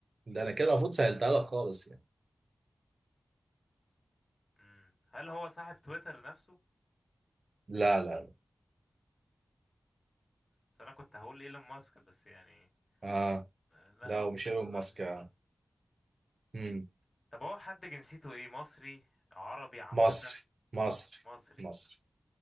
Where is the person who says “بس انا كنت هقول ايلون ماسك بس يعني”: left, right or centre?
Left